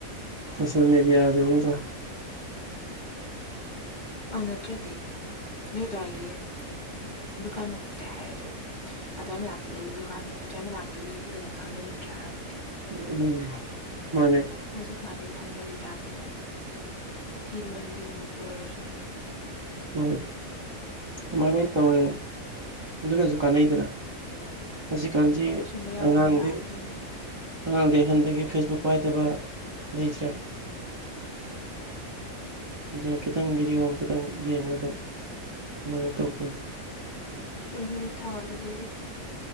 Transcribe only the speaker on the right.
ꯁꯣꯁꯦꯜ ꯃꯦꯗꯤꯌꯥꯁꯦ ꯅꯠꯇ꯭ꯔꯒ
ꯎꯝ ꯃꯥꯅꯦ
ꯍꯣꯏ ꯑꯗꯨꯃꯥꯏ ꯇꯧꯔꯦ ꯑꯗꯨꯅꯁꯨ ꯀꯥꯟꯅꯩꯗꯅ ꯍꯧꯖꯤꯛꯀꯥꯟꯁꯤ
ꯑꯉꯥꯡꯗꯤ
ꯑꯉꯥꯡꯗꯤ ꯑꯍꯟꯗꯒꯤ ꯐꯦꯁꯕꯨꯛ ꯄꯥꯏꯗꯕ ꯂꯩꯇ꯭ꯔꯦ
ꯑꯗꯨꯅ ꯈꯤꯇꯪ ꯚꯤꯗꯤꯑꯣ ꯑꯃ ꯈꯤꯇꯪ ꯌꯦꯡꯕꯗꯝ ꯑꯗꯨꯃꯥꯏꯅ ꯇꯧꯛꯇꯅꯤ